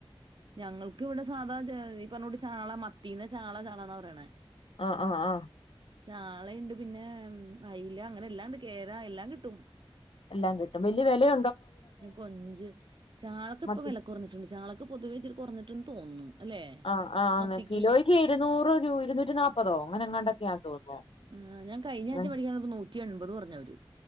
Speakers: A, on the right; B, on the left.
A: ഞങ്ങൾക്ക് ഇവിടെ സാധാ <unintelligible> ഇപ്പറഞ്ഞൂട്ട് ചാള മത്തീന് ചാള ചാളാന്ന പറയണെ
B: ആഹ് ആഹ് അ
A: ചാളയുണ്ട് പിന്നെ അയല അങ്ങനെ എല്ലാംണ്ട് കേരാ എല്ലാം കിട്ടും
B: എല്ലാം കിട്ടും വലിയ വിലയോ
A: പിന്നെ കൊഞ്ച് ചാളക്കിപ്പ
B: മത്തി
A: വിലക്കുറഞ്ഞിട്ടുണ്ട് ചാള പൊതുവേച്ചിരി കെറഞ്ഞട്ടണ്ട്ന്ന് തോന്നുന്നു അല്ലേ?
B: ആഹ് ആ ആങ്
A: മത്തിക്ക്
B: കിലോയ്ക്ക് ഇരുന്നൂറ് രൂ ഇരൂറ്റി നാല്പ്പതോ അങ്ങനെ എങ്ങാണ്ടൊക്കെയാ തോന്നുന്നു
A: ആ ഞാൻ കഴിഞ്ഞ ആഴ്ച
B: ഉം
A: മേടിക്കാൻ ചെന്നപ്പം നൂറ്റി എൺപത് പറഞ്ഞവര്